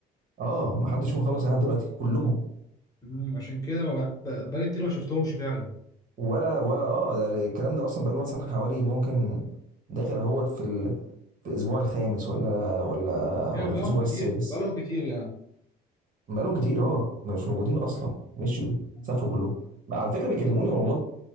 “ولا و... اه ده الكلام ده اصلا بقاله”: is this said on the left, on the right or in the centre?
Right